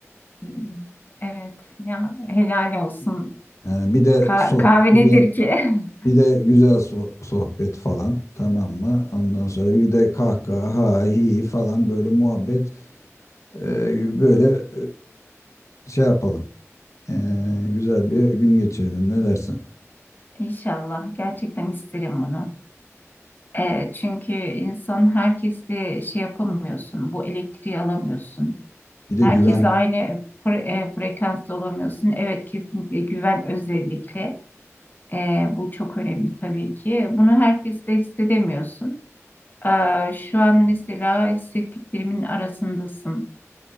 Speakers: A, on the left; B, on the left.
A: Hmm, Evet, ya helal olsun.
B: Yani bir de
A: Ka-
B: soh
A: kahve
B: bir
A: nedir
B: de
A: ki? <laughs>
B: bir de güzel so- sohbet falan tamam mı? Ondan sonra bir de kahkaha ha hi falan böyle muhabbet ee, böyle ee, şey yapalım. Ee, güzel bir gün geçirelim ne dersin?
A: İnşallah gerçekten isterim bunu. E, çünkü insan herkesle şey yapamıyorsun, bu elektriği alamıyorsun.
B: Bir de
A: Herkesle
B: güven
A: aynı fre- e, frekansta olamıyorsun. Evet kesinlikle güven özellikle. E, bu çok önemli tabii ki. Bunu herkes de hissedemiyorsun. E, şu an mesela hissettiklerimin arasındasın.